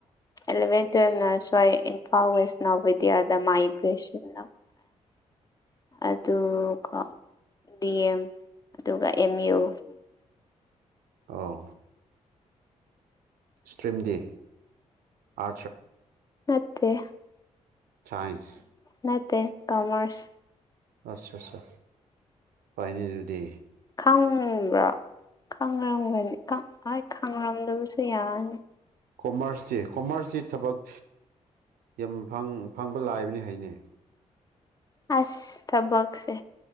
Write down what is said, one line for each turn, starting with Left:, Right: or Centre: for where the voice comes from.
Left: ꯑꯦꯂꯚꯦꯟ ꯇꯨꯋꯜꯞꯅ ꯁ꯭ꯋꯥꯏ ꯏꯝꯐꯥꯜ ꯋꯦꯁ ꯅꯕꯦꯗꯤꯌꯥꯗ ꯃꯥꯏꯒ꯭ꯔꯦꯁꯟ ꯑꯗꯨꯒ ꯗꯤ ꯑꯦꯝ ꯑꯗꯨꯒ ꯑꯦꯝ ꯌꯨ
Right: ꯑ ꯁꯇ꯭ꯔꯤꯝ ꯗꯦ ꯑ
Left: ꯅꯠꯇꯦ
Right: ꯁꯥꯏꯟꯁ
Left: ꯅꯠꯇꯦ ꯀꯃꯔꯁ
Right: ꯑꯆꯥ ꯑꯠꯆꯥ ꯐꯥꯏꯅꯦ ꯗꯦ
Left: ꯈꯪꯕ꯭ꯔꯥ ꯈꯪꯔꯝꯒꯅꯤ ꯍꯣꯏ ꯈꯪꯔꯝꯗꯕꯁꯨ ꯌꯥꯅꯤ
Right: ꯀꯣꯃꯔꯁꯁꯤ ꯀꯣꯃꯔꯁꯁꯤ ꯊꯕꯛ ꯌꯥꯝ ꯐꯪꯕ ꯂꯥꯛꯏꯕꯅꯤ ꯍꯥꯏꯅꯦ
Left: ꯑꯁ ꯊꯕꯁꯦ